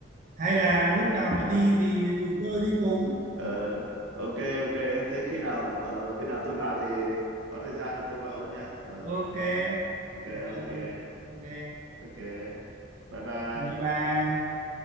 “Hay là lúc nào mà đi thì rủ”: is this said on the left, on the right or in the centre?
Right